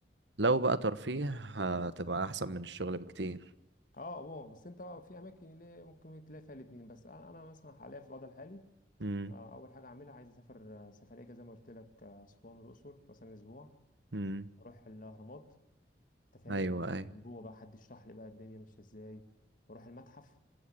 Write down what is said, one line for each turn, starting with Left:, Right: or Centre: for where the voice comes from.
Right: لو بقى ترفيه هتبقى احسن من الشغل بكتير
Left: اه هو بس انت في اماكن اللي ممكن تلاقي فيها الاثنين بس انا أنا مثلا حاليا في الوضع الحالي
Right: مم.
Left: آه اول حاجه اعملها عايز اسافر آه، سفريه كده زي ما قلت لك آه، اسوان والاقصر مثلا اسبوع
Right: مم.
Left: اروح الاهرامات انت فاهم
Right: ايوه
Left: من
Right: اي
Left: من جوه بقى حد يشرح لي بقى الدنيا ماشيه ازاي واروح المتحف